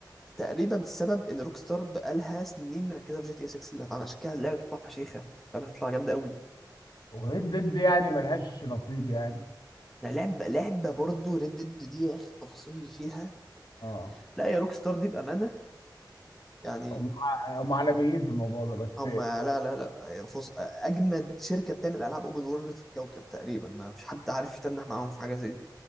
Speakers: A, in the centre; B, on the left (about 75°).
A: تقريبا السبب إن روك ستار بقالها سنين مركزة في جي تي إيه 6 اللي هتعمل عشان كده اللعبة تطلع فشيخة اللعبة تطلع جامدة قوي
B: وريد ديد يعني ملهاش نصيب يعني
A: ده لعبة لعبة برضه ريد ديد دي يا اخي التفاصيل اللي فيها
B: اه
A: لا يا روك ستار دي بأمانة يعني
B: هم هم عالميين في الموضوع ده بس
A: هم لا لا لا فص... اجمد شركة بتعمل العاب اوبن وورلد في الكوكب تقريبا ما فيش حد عارف يتنح معاهم في حاجة زي دي